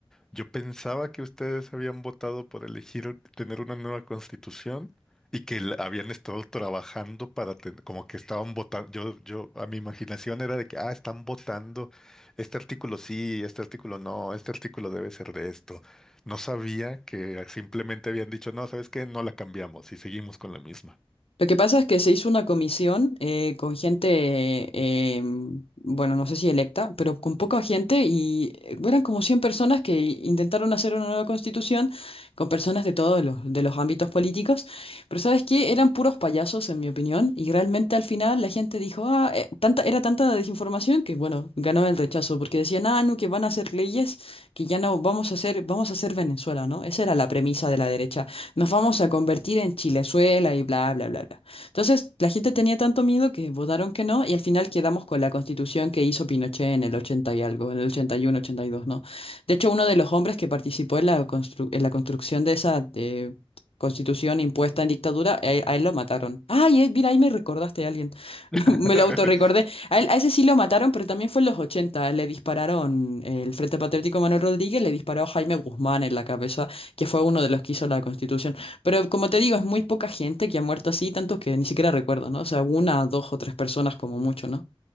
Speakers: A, in the centre; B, on the left.
A: Yo pensaba que ustedes habían votado por elegir tener una nueva constitución y que la- habían estado trabajando para tener, como que estaban votando. Yo, yo, a mi imaginación era de que, ah, están votando. Este artículo sí, este artículo no, este artículo debe ser de esto. No sabía que simplemente habían dicho, no, ¿sabes qué? No la cambiamos y seguimos con la misma.
B: Lo que pasa es que se hizo una comisión eh, con gente, eh, mm, bueno, no sé si electa, pero con poca gente y eh, eran como 100 personas que intentaron hacer una nueva constitución con personas de todos los, de los ámbitos políticos, pero ¿sabes qué? Eran puros payasos, en mi opinión, y realmente al final la gente dijo, ah, eh, tanta, era tanta la desinformación que, bueno, ganó el rechazo, porque decían, ah, no, que van a hacer leyes que ya no vamos a hacer, vamos a hacer Venezuela, ¿no? Esa era la premisa de la derecha nos vamos a convertir en Chilezuela y bla, bla, bla, bla. Entonces, la gente tenía tanto miedo que votaron que no y al final quedamos con la constitución que hizo Pinochet en el 80 y algo, en el ochenta ochenta y uno ochenta y dos ¿no? De hecho, uno de los hombres que participó en la constru- en la construcción de esa eh, constitución impuesta en dictadura, a él, a él lo mataron. Ay, eh, mira, ahí me recordaste a alguien. <laughs>
A: <laughs>
B: Me lo autorrecordé. A él, a ese sí lo mataron, pero también fue en los ochenta Le dispararon eh, el Frente Patriótico Manuel Rodríguez, le disparó a Jaime Guzmán en la cabeza que fue uno de los que hizo la Constitución. Pero como te digo, es muy poca gente que ha muerto así, tantos que ni siquiera recuerdo, ¿no? O sea, una, dos o tres personas como mucho, ¿no?